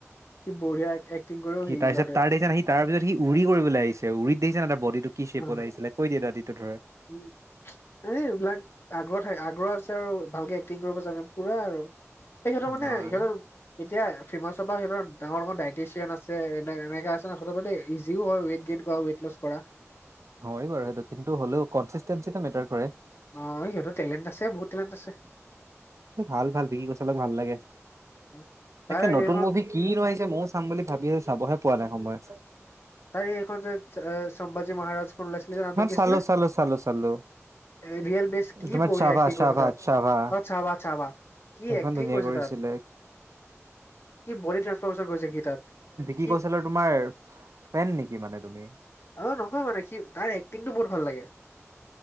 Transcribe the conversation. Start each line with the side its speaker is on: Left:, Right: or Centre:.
Left: সি বঢ়িয়া এক্টিং কৰেঔ
Right: কি
Left: সি লৰাটোৱে।
Right: তাৰ দেখিছা সি তাৰপিছত সি উৰি কৰিবলৈ আহিছে উৰিত দেখিছানে নাই বডীটো কি শ্বেপত
Left: অ
Right: আহিছিলে কৈ দিয়া দাতিটো ধৰে।
Left: উম এই এইবিলাক আগ্ৰহ থাকে আগ্ৰহ আছে আৰু ভালকে এক্টিং কৰিব জানে পুৰা আৰু তেখেতৰ
Right: উম,
Left: মানে
Right: হয়
Left: এতিয়া ফেমাছবা সিঁতৰ ডাঙৰ ডাঙৰ ডাইটিচিয়ান আছে এনে এনেকা আছে ন ইজিও হয় ৱেট গেইন ওৱা উৱেট লচ কৰা।
Right: হয় বাৰু সেইটো কিন্তু হ'লেও কনচেষ্টেট যেতিয়া মেটাৰ কৰে।
Left: অ' সিহতৰ টেলেণ্ট আছে বহুত টেলেণ্ট আছে।
Right: এ ভাল ভাল বিকি কচ'লক ভাল লাগে
Left: অ'।
Right: তাকে
Left: তাৰ
Right: নতুন
Left: এইখন
Right: মুভিক। কি নো আহিছে ময়ো চাম বুলি ভাবি চাবহে পোৱা নাই সময়।
Left: তাৰ এইখন যে চম্বাজী মহাৰাজখন ওলাইছিলে যে নামটো
Right: এখন
Left: কি
Right: চালো
Left: আছিলে
Right: চালো চালো চালো
Left: ইভিয়েল বেছ কি
Right: তোমাৰ
Left: বঢ়িয়া
Right: চাভা
Left: এক্টং
Right: চাভা
Left: কৰিছে তাত
Right: চাভা
Left: অ' চাবা চাবা কি
Right: সেইখন
Left: এক্টিং
Right: ধুনীয়া
Left: কৰিছে
Right: কৰিছিলে
Left: তাত কি বডি ট্ৰানসফাৰ্মচাৰ কৰিছে সি তাত।
Right: কি
Left: সি
Right: কৈছিল তোমাৰ ফেন নিকি মানে তুমি
Left: অ' নহয় মানে সি তাৰ এক্টিংটো বহুত ভাল লাগে